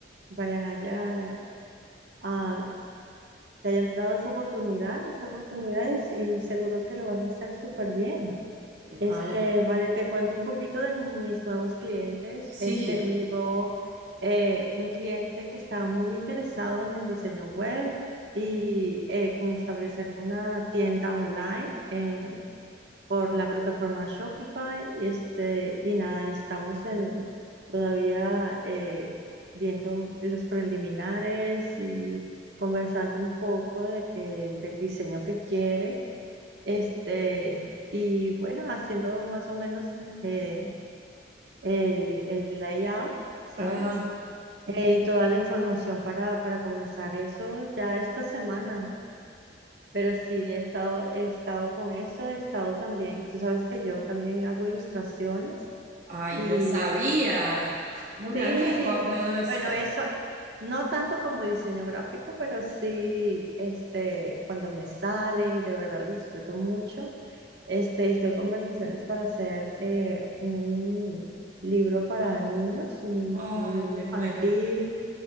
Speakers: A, on the right (about 70°); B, on the right (about 45°).
A: vayan allá, a, te hayan dado esa oportunidad, esta oportunidad es- y seguro que lo vas a hacer súper bien.
B: Ay, ojalá.
A: Este, vale, te cuento un poquito de ni- mis nuevos clientes.
B: Sí.
A: Este, me llegó eh, un cliente que está muy interesado en el diseño web y eh, como establecer una tienda online eh, por la plataforma Shopify. Y, este, y nada, estamos en, todavía eh, viendo los preliminares y conversando un poco de que, del diseño que quiere. Este, y bueno, haciendo más o menos eh, el, el layout, ¿sabes?
B: Ah,
A: Eh, y toda la información para, para comenzar eso ya esta semana. Pero sí, he estado, he estado con eso, he estado también, tú sabes que yo también hago ilustraciones
B: ay,
A: y
B: no sabía. No me
A: Sí,
B: habías contado eso.
A: bueno, eso, no tanto como diseño gráfico, pero sí, este, cuando me sale y de verdad lo disfruto mucho, este, estoy en conversaciones para hacer eh, un libro para niños, un, in-
B: Ay,
A: un libro
B: me
A: infantil
B: muero.